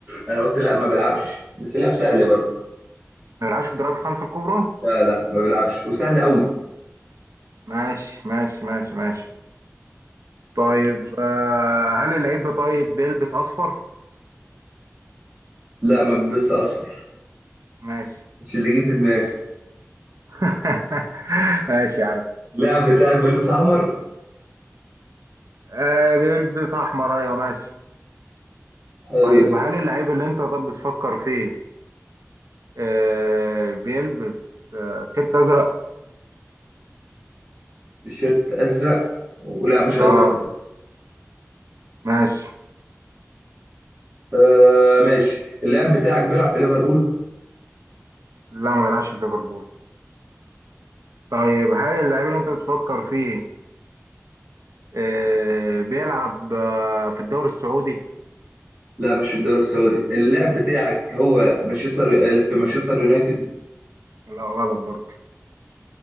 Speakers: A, on the right (about 30°); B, on the right (about 70°).
A: انا قلت لا ما بيلعبش بس لعب سهل برضه
B: ما بيلعبش في الدوريات الخمس الكبرى؟
A: لا لا ما بيلعبش وسهل قوي
B: ماشي ماشي ماشي ماشي طيب آه هل اللعيب ده طيب بيلبس اصفر؟
A: لا ما بلبسش اصفر
B: ماشي
A: مش اللي جه في دماغي
B: <laughs> ماشي يا عم
A: اللاعب بتاعك بيلبس احمر
B: آه بيلبس احمر ايوه ماشي
A: حلو
B: طيب
A: ده
B: هل اللعيب اللي انت طب بتفكر فيه آه بيلبس آه تيشيرت ازرق
A: التيشيرت ازرق ولا مش ازرق
B: اه ماشي
A: آه ماشي اللاعب بتاعك بيلعب في ليفربول
B: لا ما بيلعبش في ليفربول طيب هل اللعيب اللي انت بتفكر فيه آه بيلعب آه في الدوري السعودي
A: لا مش في الدوري السعودي اللاعب بتاعك هو مانشستر في مانشستر يونايتد
B: لا غلط برضه